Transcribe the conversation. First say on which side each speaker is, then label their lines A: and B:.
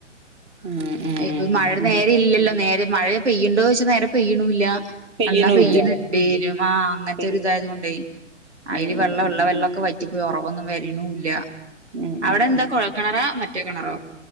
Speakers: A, on the right; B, on the right.
A: ഉം ഉം
B: ഇ മഴ
A: ഉം
B: നേരെ ഇല്ലല്ലോ നേരെ മഴ പെയ്യണ്ടോ ചൊച്ചാ നേരെ പെയ്യണില്ല
A: പെയ്യണൂല്ല
B: എന്നാ പെയന ഉണ്ടേരും ആഹ് അങ്ങനത്തെ
A: പെ-
B: ഒരു ഇതായത കൊണ്ടേ അതില്
A: ഉം
B: വെള്ള
A: ഉം ഉം
B: ഉള്ളവ ളൊക്കെ വറ്റിപ്പോയി ഉറവൊന്നും വരണൂല്ല
A: ഉം
B: അവിടെ
A: ഉം
B: എന്താ
A: ഉം
B: കുഴൽക്കിണറാ മറ്റേ കിണറോ